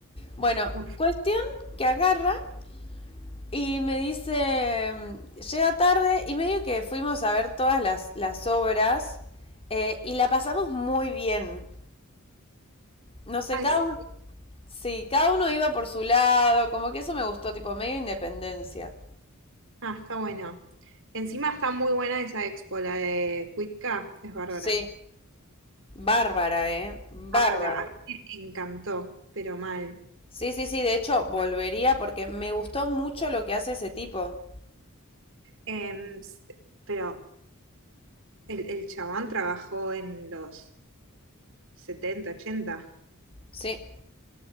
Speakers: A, on the left (about 25°); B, on the right (about 60°).
A: Bueno,
B: Uf.
A: cuestión que agarra Y me dice, llega tarde y medio que fuimos a ver todas las, las obras eh, y la pasamos muy bien. No sé,
B: Ay,
A: cada
B: sí.
A: uno, sí, cada uno iba por su lado, como que eso me gustó, tipo medio independencia.
B: Ah, está bueno. Encima está muy buena esa expo, la de Cuitca, es bárbara.
A: Sí, bárbara, ¿eh? Bárbara.
B: Bárbara, a mí me encantó, pero mal.
A: Sí, sí, sí, de hecho volvería porque me gustó mucho lo que hace ese tipo.
B: Em, s- pero el, el chabón trabajó en los 70, 80.
A: Sí.